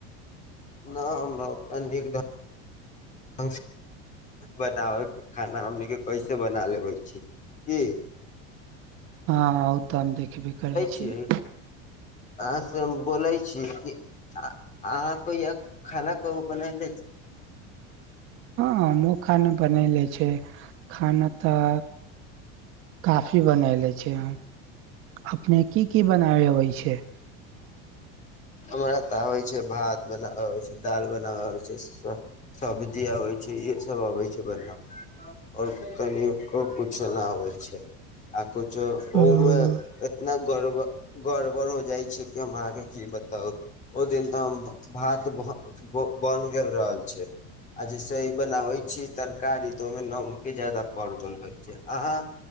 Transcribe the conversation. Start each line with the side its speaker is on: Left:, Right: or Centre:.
Left: नहि हमरा ओते नीक ल। त बनाबैके खाना हमने कैसे बना लेबै छी। ये।
Right: हँ ओ तऽ हम देखबे करै छीिय।
Left: छी अहाँ से हम बोलै छी कि। आ अहाँ कोइ य खाना को बना ल छै।
Right: हँ म खा ने बना ले छै खाना तऽ। काफी बनले छै। अपने की की बनाबे होइ छै।
Left: हमरा तऽ होै छै भात बना होइ छै दाल बनाा होइ छै। सब्जी आबै छै इ सभ अबै छै बनाब। आओर कनि किछो नहि होइ छै। कुछो
Right: छै
Left: ओहमे एतना गड़ब गड़बड़ हो जाइ छै कि हम अहाँके की ब। तऽ ओहि दिन तऽ भात बनि गेल रहल छै। आ जैसे बनाबै छीयै तरकारी तऽ ओहिमे नमके ज्यादा पड़ गेल रहै छै अहाँ।